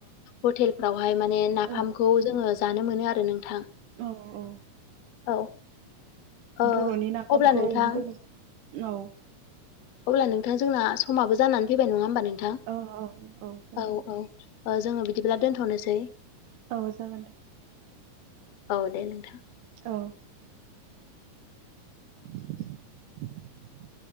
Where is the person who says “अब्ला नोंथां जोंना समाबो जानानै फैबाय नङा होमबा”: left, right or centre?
Left